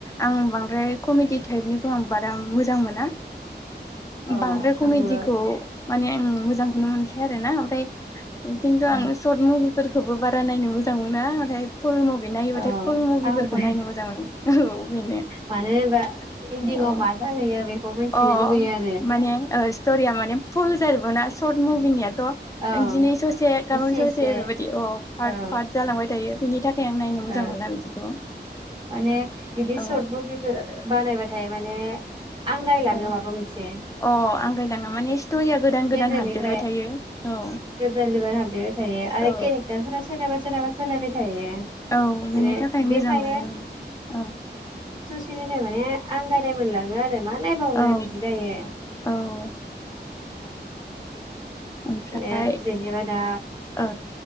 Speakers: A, on the left; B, on the right.
A: आं बांद्राय कमेडि टाइपनिखौ आं बारा मोजां मोना
B: औ
A: बांद्राय कमेडिखौ
B: आंबो
A: माने आं मोजांखौनो मोनखाया आरो ना ओमफ्राय खिनथु
B: औ
A: आङो सर्ट मुभि <unintelligible> फोरखौबो बारा नायनो मोजां मोना नाथाय फुल मुभि नायोबाथाय
B: औ
A: फुल मुभिफोरखौ
B: आंबो
A: नायनो मोजां मोनो औ बेनो
B: मानो होनबा इन्दिङाव
A: अ
B: मा जाहैयो बेखौ मिथिनो
A: अ
B: लुबैयो आरो
A: माने स्टरिया माने पुल <unintelligible> ना सर्ट मुभिनिया <unintelligible>
B: औ
A: <unintelligible> ससे गाबोन
B: एसे
A: ससे
B: एसे
A: बेबायदि अ पार्ट
B: औ
A: पार्ट जालांबाय थायो। बिनि थाखाय आं नायनो मोजां
B: ओ
A: मोना बिदिखौ
B: माने बिदि
A: औ
B: सर्ट मुभिखौ बानायबाथाय माने आंगायलाङो
A: उम
B: माबा मोनसे
A: अ आंगायलाङो माने स्ट'रिया गोदान
B: गेजेरनिफ्राय
A: गोदान हाबदेरबाय थायो औ
B: गोदान गोदान हाबदेरबाय थायो आरो
A: औ
B: केरेक्टारफोरा सोरनाबा सोरनाबा सोलायबाय थायो।
A: औ बेनि
B: माने
A: थाखाय
B: बेखायनो
A: मोजांमोना आरो औ।
B: <unintelligible> माने आंगायनाय मोनलाङो आरोना मा नायबावनो
A: औ
B: बिदि जायो।
A: औ औ ओमफ्राय
B: माने जेनेबा दा
A: ओ